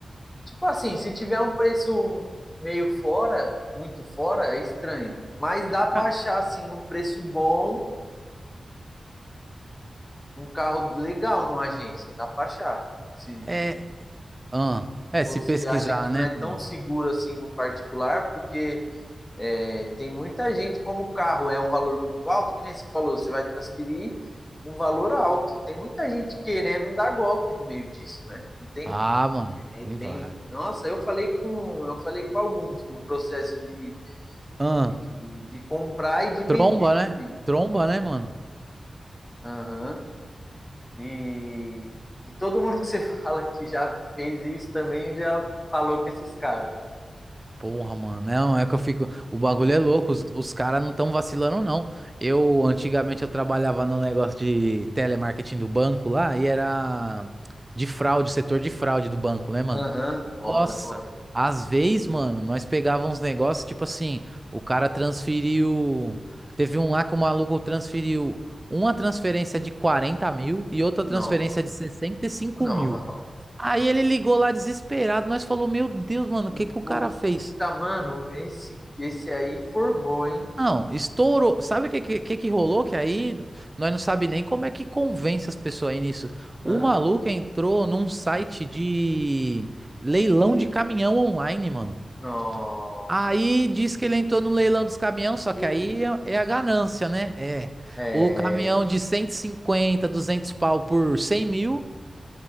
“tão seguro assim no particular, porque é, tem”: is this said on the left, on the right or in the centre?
Left